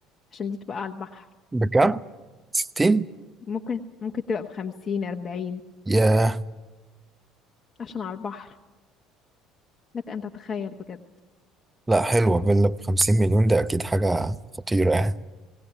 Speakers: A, on the left; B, on the right.
A: عشان دي تبقى على البحر
B: بكام 60
A: ممكن ممكن تبقى بخمسين أربعين
B: ياه
A: عشان على البحر لك أن تتخيل بجد
B: لا حلوة فيلا بخمسين مليون ده أكيد حاجة خطيرة يعني